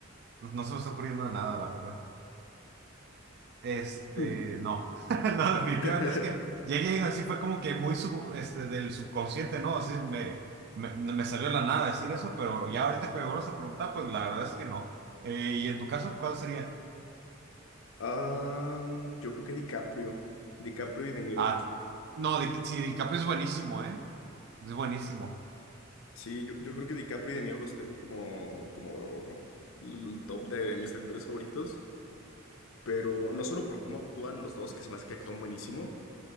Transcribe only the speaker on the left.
Mm.
<laughs>
Ah, yo creo que DiCaprio. DiCaprio y De Niro.
Sí, yo, yo creo que DiCaprio y De Niro los tengo como, como el top de mis actores favoritos, pero no solo por cómo actúan los dos, que se me hace que actúan buenísimo,